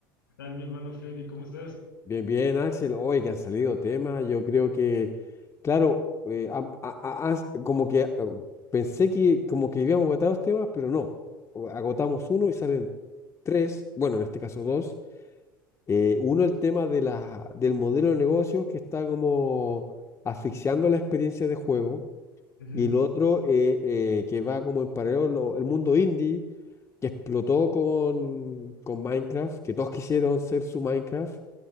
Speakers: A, on the left; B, on the left.
A: ¿Qué tal, mi hermano Freddy? ¿Cómo estás?
B: Bien, bien, Axel. Hoy que han salido temas. Yo creo que, claro, eh, ha- ha- ha- has- como que eh, pensé que como que habíamos agotado los temas, pero no. O- Agotamos uno y salen tres, bueno, en este caso dos. Eh, uno, el tema de la, del modelo de negocios que está como asfixiando la experiencia de juego.
A: Ujú,
B: Y el otro, eh, eh, que va como en paralelo, lo- el mundo indie, que explotó con, con Minecraft, que todos <laughs> quisieron ser su Minecraft